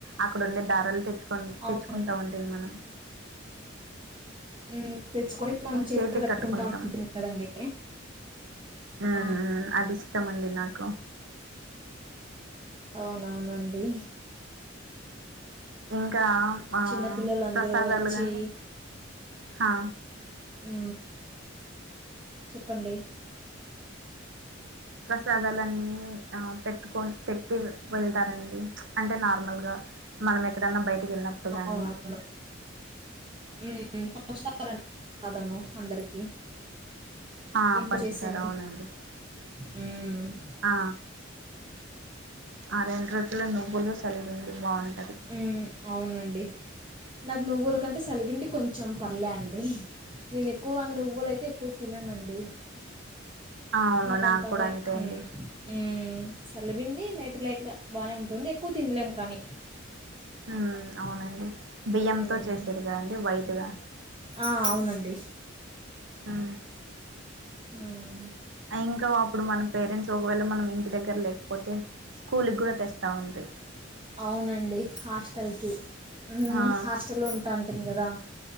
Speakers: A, on the right; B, on the right.
A: అక్కడ ఉండే దారాలు తెచ్చుకు తె తెచ్చుకుంటా
B: అవును
A: ఉండేది మనం
B: హుమ్ తెచ్చుకొని మనం చీరకి
A: చేతికి
B: కట్టుకుంటా
A: కట్టుకుంటాం
B: ఉండేది కదండి
A: ఉమ్
B: ఆ
A: ఉమ్ అది ఇష్టం అండి నాకు
B: అవునవునండి
A: ఇంకా ఆ
B: చిన్నపిల్లలందరూ
A: ప్రసాదాలు
B: వచ్చి
A: గానీ హా
B: ఊ చెప్పండి
A: ప్రసాదాలన్నీ ఆ పెట్టుకొని పెట్టి వెళ్తరండి అంటే నార్మల్గా మనం ఎక్కడన్నా బయటకి వెళ్ళినప్పుడు కానీ
B: అవునవును మ్మ్, పంచుతారండి ప్రసాదము అందరికీ
A: ఆ
B: ఇంట్లో
A: పంచుతరు
B: చేసింది
A: అవునండి
B: మ్మ్.
A: ఆ ఆ రెండు రోజులు నువ్వులు సలివిడులు బాగుంటది
B: ఉమ్ అవునండి నాకు నువ్వుల కంటే సలిబిండి కొంచెం పర్లే అండి నేను ఎక్కువ నువ్వులయితే ఎక్కువ తిననండి
A: ఆ అవును
B: నాకంతగె
A: నాకు కూడా అంతే అండి
B: ఉమ్ ఊ సల్లిబిండి లైట్ లైట్గా బాగనే ఉంటుంది ఎక్కువ తినలేము కానీ
A: ఉమ్ అవునండి బియ్యంతొ
B: హ్మ్.
A: చేసేది గదండి వైట్గా
B: ఆ! అవునండి.
A: ఊ
B: ఊహ్
A: ఆ ఇంక అప్పుడు మన పేరెంట్స్ ఒకవేళ మనం ఇంటి దగ్గర్లేకపోతే స్కూల్ గూడా తెస్తావుంది
B: అవునండి హాస్టల్ కి ఉమ్
A: ఆ
B: హాస్టల్ లో ఉంటాంటిమి కదా